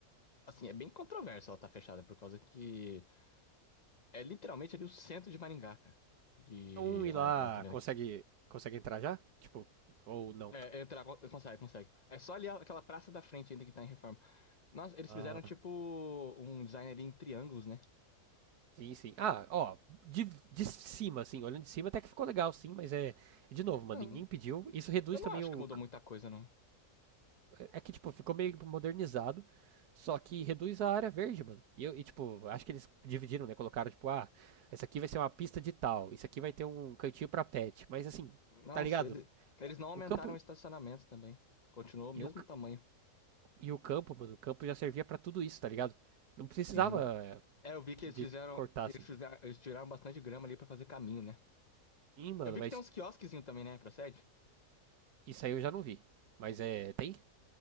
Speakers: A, on the left; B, on the right.
A: assim, é bem controverso ela estar fechada, por causa que É literalmente ali o centro de Maringá, cara. E.
B: um ir
A: Olha,
B: lá
A: não, tô vendo
B: consegue,
A: aqui.
B: consegue entrar já? Tipo, ou não?
A: É, entrar, con- consegue, consegue. É só ali a- aquela praça da frente ainda que tá em reforma. Nossa, eles
B: Ah,
A: fizeram tipo um design ali em triângulos, né?
B: Sim, sim. Ah, ó, de, de cima, assim, olhando de cima até que ficou legal, sim, mas é, é de novo, mano,
A: Não,
B: ninguém pediu. Isso reduz
A: eu não
B: também
A: acho
B: o.
A: que mudou muita coisa, não.
B: É que, tipo, ficou meio modernizado, só que reduz a área verde, mano. E, eu- e, tipo, acho que eles dividiram, né? Colocaram, tipo, ah, essa aqui vai ser uma pista de tal, isso aqui vai ter um cantinho pra pet, mas assim,
A: Nossa,
B: tá ligado?
A: ele, eles não aumentaram
B: O campo.
A: o estacionamento também. Continuou o mesmo
B: E o, c-
A: tamanho.
B: e o campo, mano, o campo já servia pra tudo isso, tá ligado? Não precisava
A: Uhum. É, eu vi que eles
B: de
A: fizeram.
B: cortar
A: Eles
B: assim.
A: fizeram, eles tiraram bastante grama ali pra fazer caminho, né?
B: Sim, mano,
A: Eu vi
B: mas
A: que tem uns quiosquezinhos também, né? Procede?
B: isso aí eu já não vi. Mas é. Tem?